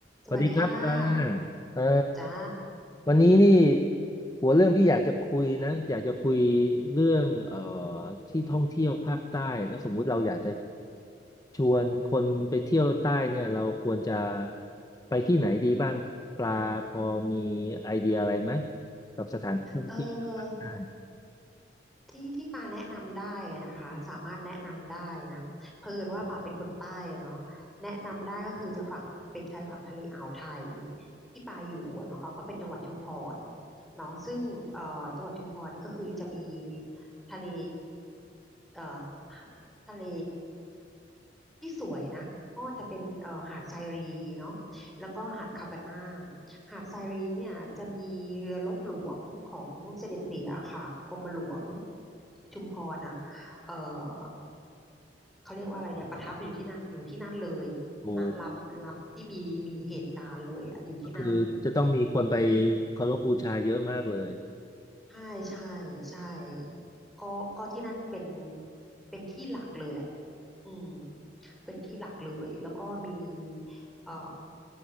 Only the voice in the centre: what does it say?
สวัสดีค่ะ
จ้า
เออที่ที่ปาแนะนำได้อะนะคะสามารถแนะนำได้นะเผอิญว่าปาเป็นคนใต้อะเนาะแนะนำได้ก็คือจะฝั่งเป็นชายฝั่งทะเลอ่าวไทยที่ปาอยู่อะเนาะเขาก็เป็นจังหวัดชุมพรเนาะซึ่งเอ่อจังหวัดชุมพรนี่ก็คือจะมีทะเลเอ่อทะเล ที่สวยนะก็จะเป็นเอ่อหาดไซรีเนาะแล้วก็หาดคาปาน่าหาดไซรีเนี่ยจะมีเรือรบหลวงของเสด็จเตี่ยค่ะกรมหลวงชุมพรอ่ะเอ่อเขาเรียกว่าอะไรเดี๋ยวประทับอยู่ที่นั่นอยู่ที่นั่นเลย
นะลำลำที่มีมีเหตุการณ์เลยอ่ะอยู่ที่นั่น
ใช่ใช่ใช่ก็ก็ที่นั่นเป็นเป็นที่หลักเลยแหละอืมเป็นที่หลักเลยแล้วก็มีเอ่อ